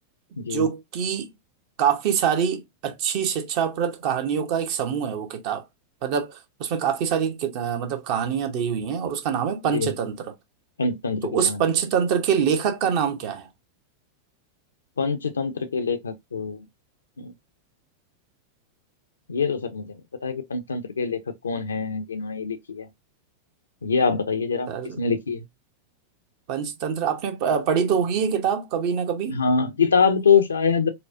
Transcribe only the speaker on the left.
जी
जी पंचतंत्र
की कहानी
पंचतंत्र के लेखक हम्म, ये तो सर मुझे नहीं पता है कि पंचतंत्र के लेखक कौन हैं जिन्होंने ये लिखी है ये आप बताइए जरा
किसने लिखी है
हाँ किताब तो शायद